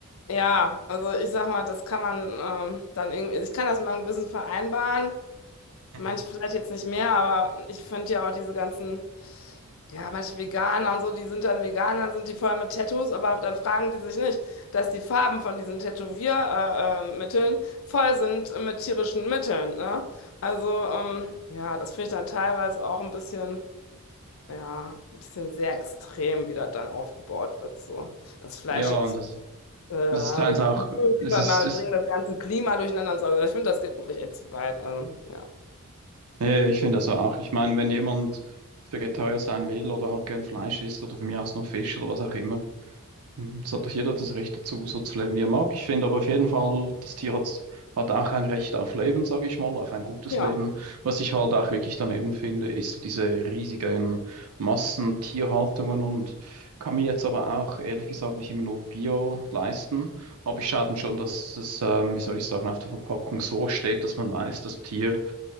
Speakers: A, on the left; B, on the right.
A: ja, also ich sag mal, das kann man ähm, dann irgendwie, also ich kann das mit meinem Gewissen vereinbaren.
B: Mhm.
A: Manche vielleicht jetzt nicht mehr, aber ich finde ja auch diese ganzen, ja, manche Veganer und so, die sind dann Veganer, sind die voll mit Tattoos, aber dann fragen die sich nicht, dass die Farben von diesen Tätowiermitteln äh, äh, Mitteln voll sind mit tierischen Mitteln, ne? Also, ähm, ja, das finde ich dann teilweise auch ein bisschen, ja, ein bisschen sehr extrem, wie das dann aufgebaut wird, so. Das Fleisch
B: Ja,
A: jetzt
B: und das,
A: äh, oder
B: das ist teils
A: die
B: auch, es
A: Klimawandel
B: ist, ist
A: bringen das ganze Klima durcheinander und so. Also ich finde, das geht wirklich echt zu weit. Also, ja.
B: ja, ja, ich finde das auch. Ich meine, wenn jemand Vegetarier sein will oder halt gern Fleisch isst oder für mich aus nur Fisch oder was auch immer, Mhm, Es hat doch jeder das Recht dazu, so zu leben, wie er mag. Ich finde aber auf jeden Fall, das Tier hat, hat auch ein Recht auf Leben, sage ich mal, auf ein gutes
A: Ja,
B: Leben. Was ich halt auch wirklich daneben finde, ist so diese riesigen Massentierhaltungen und kann mir jetzt aber auch ehrlich gesagt nicht immer nur Bio leisten. Aber ich schaue dann schon, dass das, ähm, wie soll ich sagen, auf der Verpackung so steht, dass man weiß, das Tier